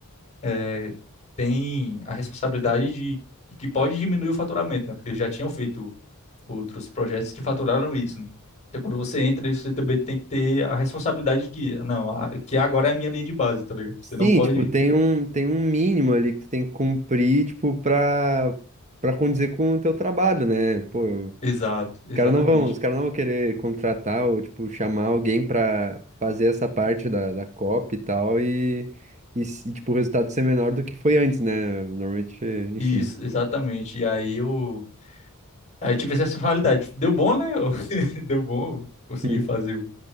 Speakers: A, on the left (about 30°); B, on the right (about 35°).
A: eh, tem a responsabilidade de que pode diminuir o faturamento, né? Porque eles já tinham feito outros projetos que faturaram isso, né? Então, quando você entra você também tem que ter a responsabilidade de que, não, a- que agora é a minha linha de base, tá ligado? Você
B: Sim,
A: não pode.
B: tipo, tem um, tem um mínimo ali que tu tem que cumprir, tipo, pra, pra condizer com o teu trabalho, né? Pô, eu-
A: Exato,
B: os
A: exatamente.
B: caras não vão, os caras não vão querer contratar ou, tipo, chamar alguém pra fazer essa parte da, da copy e tal e, e, se- tipo, o resultado ser menor do que foi antes, né? Normalmente, enfim.
A: Isso, exatamente. E aí eu, aí eu tive essa responsabilidade. Deu bom, né? Eu- <laughs> Deu bom, eu consegui
B: Hum,
A: fazer o,